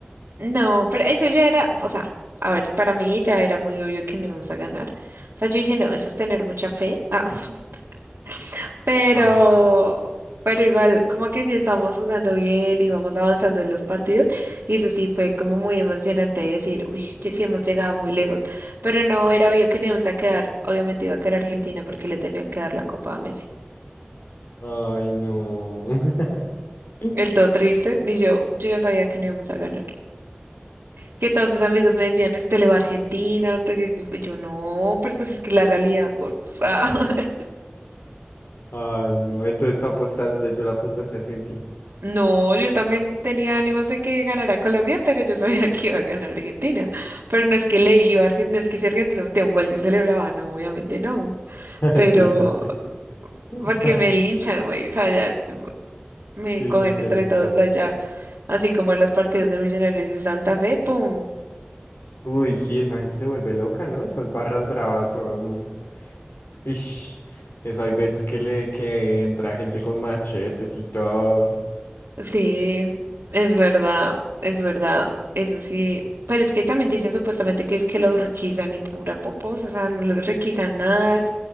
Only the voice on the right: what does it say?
No, pero eso ya era, o sea, a ver, para mí ya era muy obvio que no íbamos a ganar. O sea, yo dije, no, eso es tener mucha fe. Ah, <laughs> pero,
pero igual, como que sí estamos jugando bien y vamos avanzando en los partidos. Y eso sí fue como muy emocionante decir, uy, ye- sí hemos llegado muy lejos. Pero no era obvio que no íbamos a quedar, obviamente iba a quedar Argentina porque le tenían que dar la copa a Messi.
El todo triste, y yo, yo ya sabía que no íbamos a ganar. que todos mis amigos me decían, usted le va a Argentina, usted que-". yo no, pero pues es que la realidad, gordos". Ah, <laughs>
No, yo también tenía ánimos de que ganara Colombia, pero yo sabía que iba a ganar Argentina. Pero no es que le iba a Argentina, no es que si Argentina metía un gol yo celebraba, no, obviamente no.
Pero
porque me linchan, güey, o sea, ya me
cogen
entre
todos allá, así como en los partidos de Millonarios de Santa Fe, pum.
Sí, es verdad, es verdad, eso sí. Pero es que también dicen supuestamente que es que los requisan y pura popos, o sea, no les requisan nada.